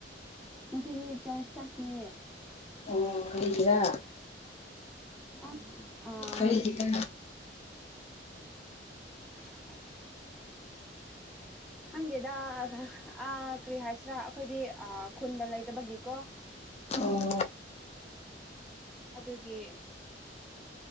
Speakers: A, in the centre; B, on the left.
A: ꯉꯁꯤꯗꯤ ꯆꯔꯆ ꯆꯠꯇꯦ
B: ꯑꯣ ꯀꯗꯥ
A: ꯑꯁ ꯑꯥ
B: ꯀꯔꯤꯒꯤ ꯀ
A: <inaudible> ꯈꯪꯗꯦꯗ ꯑ ꯀꯔꯤ ꯍꯥꯏꯁꯤꯔꯥ ꯑꯩꯈꯣꯏꯗꯤ ꯈꯨꯟꯗ ꯂꯩꯇꯕꯒꯤꯀꯣ
B: ꯑꯣ
A: ꯑꯗꯨꯒꯤ